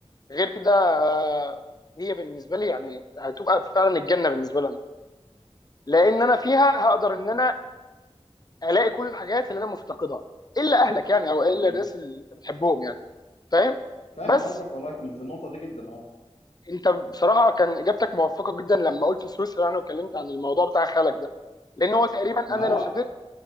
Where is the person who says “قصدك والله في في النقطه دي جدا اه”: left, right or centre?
Left